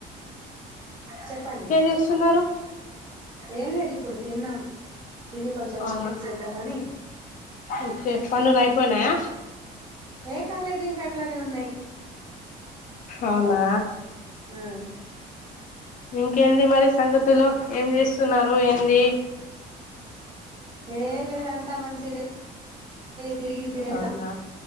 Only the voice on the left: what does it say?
చేస్తున్నారు
అవునా
ఓకే పన్నులు అయిపోయినాయా
అవునా
ఇంకేంది మరి సంగతులు ఏం చేస్తున్నారు ఏంది
అవునా